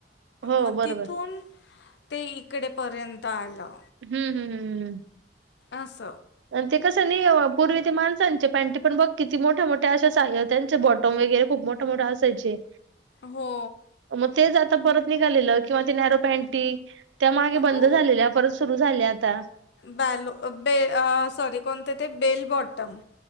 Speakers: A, on the right; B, on the left.
A: हो
B: म
A: बरोबर
B: तिथून ते इकडे पर्यंत आलं.
A: हम्म- हम्म हम्म- हम्म.
B: अस.
A: आणि ते कसं नाही पूर्वी ते माण साचे पॅ्टी पण बघ किती मोठ्या मोठ्या अशा त्यांचे बॉटम वगैरे खूप मोठे मोठे असायचे.
B: हो.
A: मग तेच आता परत निघालेलं किंवा ती नॉरो पॅनटी त्या मागे
B: हो
A: बंद झालेल्या परत सुरू झाल्या आता.
B: बॅलो बे सॉरी कोणते ते बेल बॉटम.